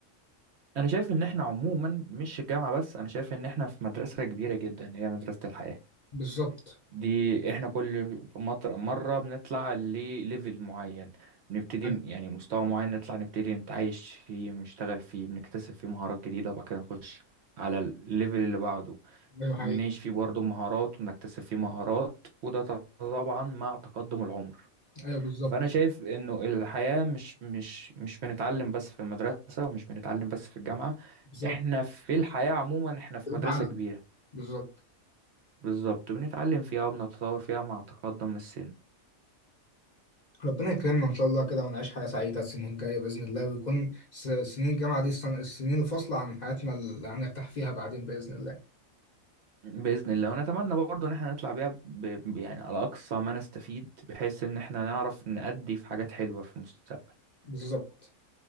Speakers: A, on the right (about 65°); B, on the left (about 40°).
A: انا شايف ان احنا عموما مش الجامعه بس انا شايف ان احنا في مدرسه كبيره جدا هي مدرسه الحياه
B: بالظبط
A: دي احنا كل مطر- مرة بنطلع لليفل معين بنبتدي
B: ايوه
A: ن- يعني مستوى معين نطلع نبتدي نتعايش فيه بنشتغل فيه بنكتسب فيه مهارات جديدة وبعد كده نخش على الليفل اللي بعده
B: أيوه، حقيقي
A: بنعيش فيه برضه مهارات وبنكتسب فيه مهارات وده ط- طبعا مع تقدم العمر
B: ايوه بالظبط
A: فأنا شايف إنه الحياة مش مش مش بنتعلم بس في المدرسة ومش بنتعلم بس في الجامعة
B: بالظبط
A: احنا في الحياة عموما احنا في
B: بتعلم
A: مدرسة كبيرة
B: بالظبط
A: بالظبط بنتعلم فيها وبنتطور فيها مع تقدم السن
B: ربنا يكرمنا ان شاء الله كده ونعيش حياه سعيده السنين الجايه باذن الله ويكون س- سنين الجامعه دي السن- السنين الفاصله عن حياتنا اللي هنرتاح فيها بعدين باذن الله
A: بإذن الله ونتمنى برضه إن احنا نطلع بيها ب... ب- يعني على أقصى ما نستفيد بحيث إن احنا نعرف نأدي في حاجات حلوة في المستقبل
B: بالظبط